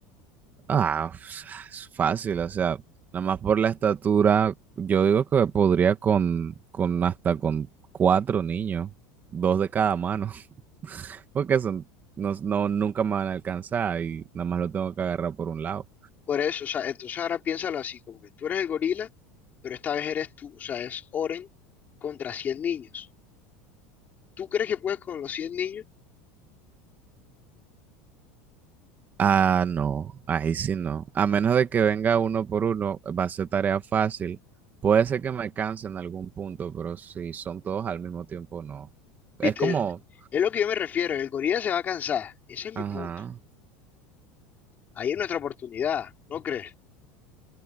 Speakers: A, on the right (about 30°); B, on the left (about 30°).
A: Ah, pues, es fácil, o sea, nada más por la estatura, yo digo que podría con, con hasta con cuatro niños, dos de cada mano, <laughs> porque son, no, no, nunca me van a alcanzar y nada más lo tengo que agarrar por un lado.
B: Por eso, o sea, entonces ahora piénsalo así, como que tú eres el gorila, pero esta vez eres tú, o sea, es Oren contra 100 niños. ¿Tú crees que puedes con los 100 niños?
A: Ah, no, ahí sí no. A menos de que venga uno por uno, va a ser tarea fácil. Puede ser que me canse en algún punto, pero si son todos al mismo tiempo, no.
B: Viste,
A: Es como,
B: es lo que yo me refiero, el gorila se va a cansar, ese es
A: ajá,
B: mi punto. Ahí es nuestra oportunidad, ¿no crees?